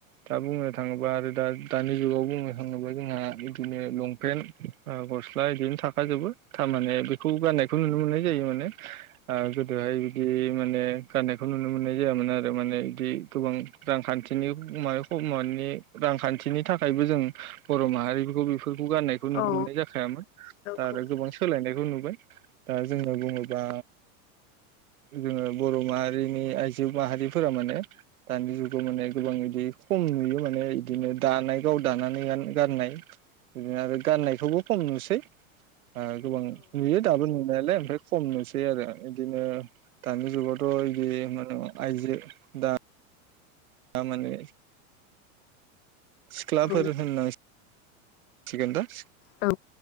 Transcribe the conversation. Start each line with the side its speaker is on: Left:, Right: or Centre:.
Right: दा बुंनो थाङोब्ला आरो दा दानि जुगाव बुंनो थाङोब्ला जोंहा बिदिनो लंपेन्ट ओ‌ ग स्ला बिदिनो थाखाजोबो थारमाने बेखौ गाननायखौ नुनो मोननाय जायो माने ओ गोदोहाय बिदि माने गाननायखौ नुनो मोननाय जायामोन आरो माने बिदि गोबां रांखान्थिनि माबाखौ मानि रांखान्थिनि थाखायबो जों बर' माहारिफोरखौ फोरखौ गान्नायखौ नुनो
Left: नंगौ
Right: मोननाय जाखायामोन दा
Left: नंगौ
Right: आरो गोबां सोलायनायखौ नुबाय दा जोङो बुङोबा जोङो बर' माहारिनि आइजो माहारिफोरा माने दानि जुगाव माने गोबां बिदि खम नुयो माने इदिनो दानाय गाव दानानै गान गाननाय बिदिनो आरो गाननायखौबो खम नुसै ओ गोबां नुयो दाबो नुनायालाय। ओमफ्राय खम नुसै आरो इदिनो दानि जुगावथ' इदि मा होनो आइजो दा थारमाने सिख्लाफोर
Left: औ
Right: होननां सिगोनदा
Left: औ